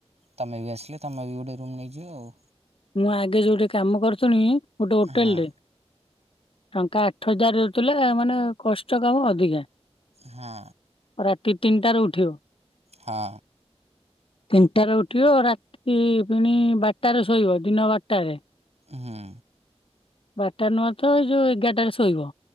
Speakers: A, on the right; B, on the left.
A: ତମେ ବି ଆସିଲେ ତମେ ବି ଗୋଟେ ରୁମ୍ ନେଇଯିବ ଆଉ
B: ମୁଁ ଆଗେ ଯୋଉଟି କାମ କରୁଥିଲି ଗୋଟେ ହୋଟେଲ
A: ହଁ
B: ରେ ଟଙ୍କା ଗ- ଥଇଦାର ରହୁଥିଲେ ମାନେ କଷ୍ଟ କାମ ଅଧିକା
A: ହଁ
B: ରାତି ତିନିଟାରେ ଉଠିବ
A: ହଁ
B: ତିନିଟାରେ ଉଠିବ ରାତି ପୁଣି ବାରଟାରେ ସୋ- ଶୋଇବ ଦିନ ବାରଟାରେ
A: ହୁଁ
B: ବାରଟା ନୁହଁ ତ ଏଇ ଯୋଉ ଏଗାରଟାରେ ଶୋଇବ